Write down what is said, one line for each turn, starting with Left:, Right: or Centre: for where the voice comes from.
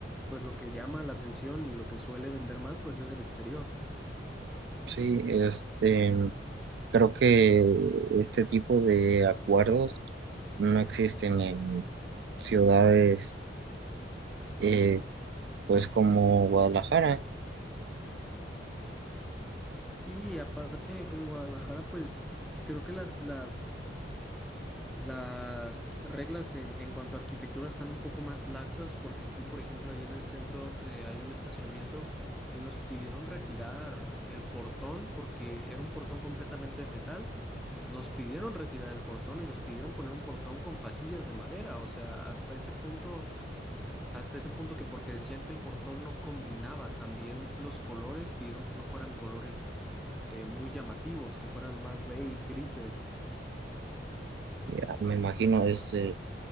Centre: pues lo que llama la atención y lo que suele vender más, pues es el exterior.
Right: Sí, este, creo que este tipo de acuerdos no existen en ciudades eh, pues como Guadalajara.
Centre: Sí, aparte en Guadalajara, pues creo que las, las Las reglas en, en cuanto a arquitectura están un poco más laxas porque aquí, por ejemplo, ahí en el centro eh, hay un estacionamiento y nos pidieron retirar el portón porque era un portón completamente de metal. Nos pidieron retirar el portón y nos pidieron poner un portón con fajillas de madera. O sea, hasta ese punto, hasta ese punto que porque decían que el portón no combinaba también los colores, pidieron que no fueran colores eh, muy llamativos, que fueran más beige, grises.
Right: Ya me imagino este